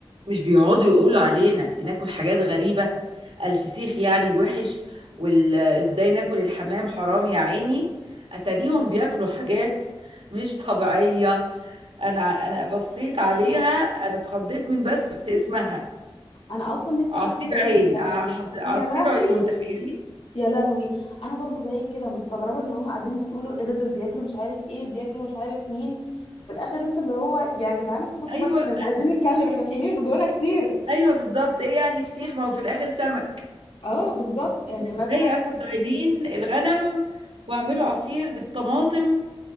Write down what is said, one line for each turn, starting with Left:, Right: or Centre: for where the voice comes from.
Right: مش بيقعدوا يقولوا علينا بناكل حاجات غريبة الفسيخ يعني الوحش وازاي ناكل الحمام حرام يا عيني اتاريهم بياكلوا حاجات مش طبيعية انا انا بصيت عليها انا اتخضيت من بس اسمها
Left: انا اصلا نفسي
Right: عصير
Left: اعرف ازاي
Right: عين
Left: مستغربين
Right: ع- حص- عصير
Left: يا لهوي
Right: عيون تخيلي
Left: يا لهوي انا برضو زيك كده مستغربه ان هم قاعدين يقولوا ايه ده دول بياكلوا مش عارف ايه وبياكلوا مش عارف مين وفي الاخر انتوا اللي هو يا جدعان اسكتوا
Right: ايوه
Left: بس احنا مش عايزين نتكلم احنا شايلين جوانا كتير
Right: ايوه بالظبط ايه يعني فسيخ ما هو في الاخر سمك
Left: اه بالظبط يعني مثلا
Right: ازاي اخد عينين الغنم واعمله عصير بالطماطم